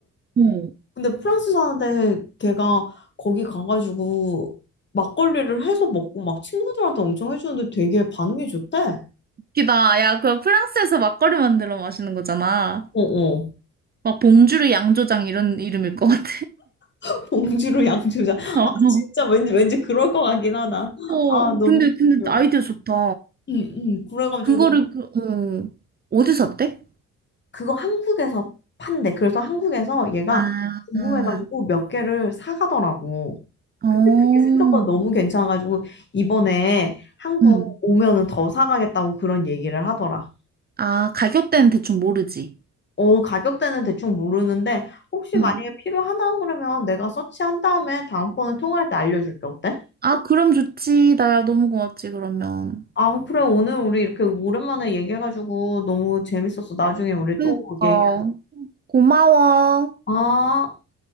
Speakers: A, on the right (about 30°); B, on the left (about 35°).
A: 응.
B: 근데 프랑스 사는데 걔가 거기 가가지고 막걸리를 해서 먹고 막 친구들한테 엄청 해주는데 되게 반응이 좋대.
A: 웃기다. 야, 그거 프랑스에서 막걸리 만들어 마시는 거잖아.
B: 어어.
A: 막 봉주르 양조장 이런 이름일 것 같아.
B: <laughs> 봉지로 양주자. 아
A: <laughs>
B: 진짜 왠지 왠지 그럴 것 같긴 하다.
A: 어, 어,
B: 아 음. 너무
A: 근데, 근데
B: 귀여워.
A: 아이디어 좋다.
B: 응응. 그래가지고
A: 그거를 그, 어, 어디서 샀대?
B: 그거 한국에서 판대. 그래서 한국에서 얘가
A: 아,
B: 궁금해가지고 몇 개를 사가더라고.
A: 어,
B: 근데 그게 생각보다 너무 괜찮아가지고 이번에 한국
A: 응.
B: 오면은 더 사가겠다고 그런 얘기를 하더라.
A: 아, 가격대는 대충 모르지.
B: 어, 가격대는 대충 모르는데 혹시
A: 응.
B: 만약에 필요하다 그러면 내가 서치한 다음에 다음번에 통화할 때 알려줄게. 어때?
A: 아, 그럼 좋지. 나야 너무 고맙지, 그러면.
B: 아, 그래. 오늘 우리 이렇게 오랜만에 얘기해가지고 너무 재밌었어. 나중에 우리
A: 그니까.
B: 또 얘기.
A: 고마워.
B: 아.